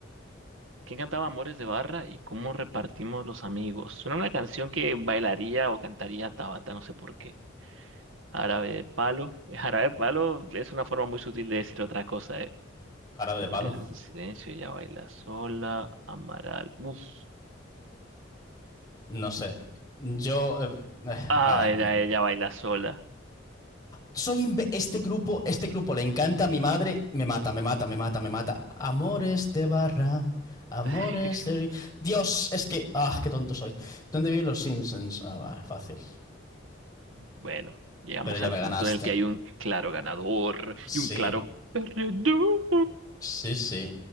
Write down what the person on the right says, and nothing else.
¿Quién cantaba Amores de Barra y cómo repartimos los amigos? Suena una canción que bailaría o cantaría Tabata, no sé por qué. Árabe de palo. <laughs> Eh, Jarabe de palo es una forma muy sutil de decir otra cosa, ¿eh?
Héroes de Silencio, ella baila sola. Amaral. Uf.
Ah,
era ella baila sola.
<laughs>
Bueno, llegamos
al
punto
en el que hay un claro ganador
y un claro perdedor.